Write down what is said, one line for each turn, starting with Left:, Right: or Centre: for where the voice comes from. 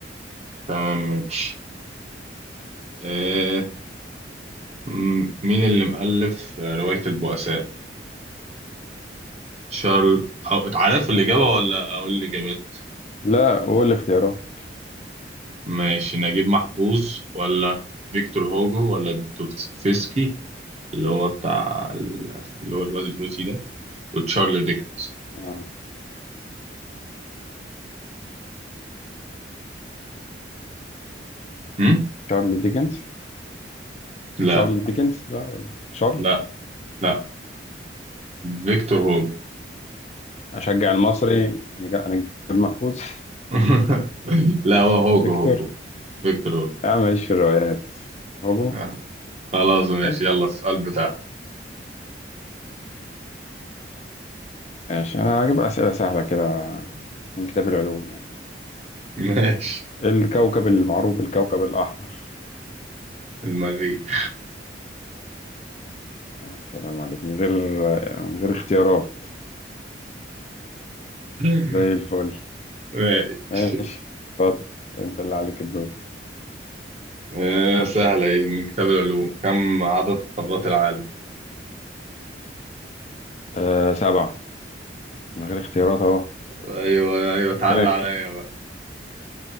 Right: تمام ماشي آه، م- مين اللي مؤلف آه، روايه البؤساء شارل أو... عارف
Left: بس-
Right: الإجابة ولا أقول الإجابات؟
Left: لا قول الاختيارات
Right: ماشي نجيب محفوظ ولا فيكتور هوجو ولا دوستويفسكي اللي هو بتاع ال- اللي هو الواد الروسي ده وتشارل ديكنز
Left: آه.
Right: هم؟
Left: شارل ديكنز
Right: لا
Left: شارل ديكنز بقى ولا شارل
Right: لا لا فيكتور هوجو
Left: اشجع المصري انا جا- أنا نجيب محفوظ
Right: <laughs> لا هو
Left: <laughs>
Right: هوجو
Left: فيكتور
Right: هوجو فيكتور هوجو
Left: انا ماليش في الروايات هوجو
Right: آه، خلاص ماشي
Left: طيب
Right: يلا السؤال بتاعك
Left: ماشي انا هجيب اسئلة سهلة كده من كتاب العلوم يعني
Right: ماشي
Left: الكوكب المعروف بالكوكب الأحمر
Right: المريخ
Left: يا سلام عليك من غير من غير اختيارات
Right: <laughs>
Left: زي الفل
Right: ماشي
Left: ماشي اتفضل انت اللي عليك الدور
Right: آه، سهلة ايه من كتاب العلوم كم عدد قارات العالم؟
Left: آه سبعة من غير اختيارات اهو
Right: ايوه ايوه تعال
Left: متأكد
Right: عليا بقى